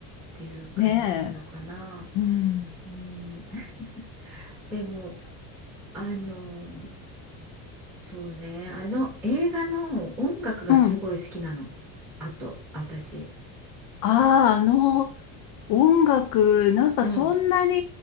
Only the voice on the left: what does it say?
ねえ。うん。
うん。
ああ、あの、音楽、なんかそんなに